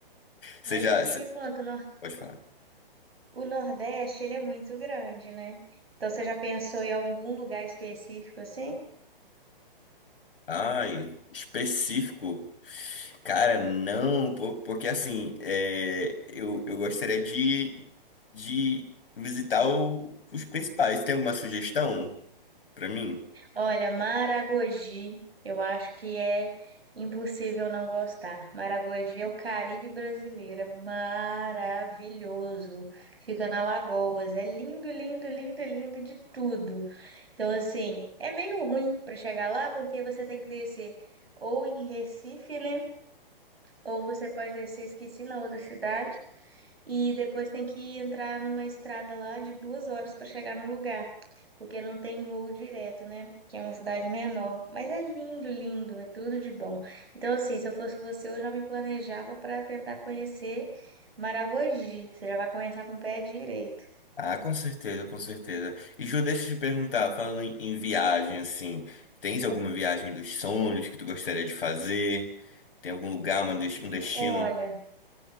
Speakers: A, on the left; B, on the right.
A: Você
B: Mas
A: já,
B: aqui
A: você-
B: me conta, o Nor-
A: pode falar.
B: o Nordeste, ele é muito grande, né? Então você já pensou em algum lugar específico assim?
A: Ai, específico. Cara, não, po- porque assim, é, eu, eu gostaria de, de visitar o- os principais. Tem alguma sugestão para mim?
B: Olha, Maragogi, eu acho que é impossível não gostar. Maragogi é o Caribe brasileiro, é maravilhoso. Fica na Lagoas, é lindo, lindo, lindo, lindo de tudo. Então, assim, é meio ruim para chegar lá porque você tem que descer ou em Recife, né? Ou você pode descer, esqueci, na outra cidade. E depois tem que entrar numa estrada lá de duas horas para chegar no lugar, porque não tem voo direto, né? Que é uma cidade menor. Mas é lindo, lindo, é tudo de bom. Então, assim, se eu fosse você, eu já me planejava para tentar conhecer Maragogi. Você já vai começar com o pé direito.
A: Ah, com certeza, com certeza. E Ju, deixa eu te perguntar, falando em, em viagem, assim, tens alguma viagem dos sonhos que tu gostaria de fazer? Tem algum lugar, uma des- um destino?
B: Olha.